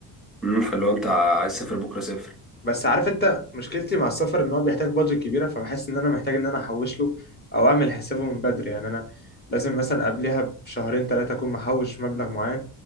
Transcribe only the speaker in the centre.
امم فاللي هو انت عايز تسافر بكره سافر